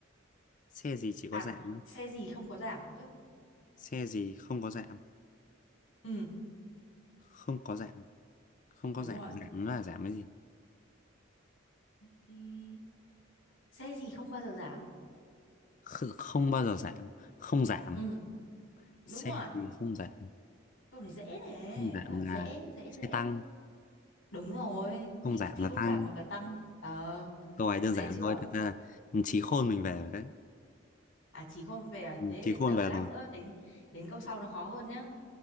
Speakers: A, on the left; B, on the left.
A: xe gì chỉ
B: à
A: có giảm á?
B: xe gì không có giảm chứ
A: xe gì không có giảm
B: ừ
A: không có giảm không có
B: đúng
A: giảm
B: rồi
A: giảm là giảm cái gì
B: thì xe gì không bao giờ giảm
A: Kh- không bao giờ giảm không giảm
B: ừ đúng
A: xe
B: rồi
A: gì không giảm
B: câu này dễ này
A: không giảm
B: đã bảo dễ
A: là
B: dễ
A: xe
B: dễ
A: tăng
B: đúng rồi
A: không
B: thì
A: giảm
B: thì
A: là
B: không
A: tăng
B: giảm thì phải tăng ờ
A: câu này đơn
B: dễ
A: giản
B: chưa
A: thôi thật ra là trí khôn mình về rồi đấy
B: à chí không về à thế
A: trí khôn
B: đợi
A: về
B: lát
A: rồi
B: nữa đến đến câu sau nó khó hơn nhá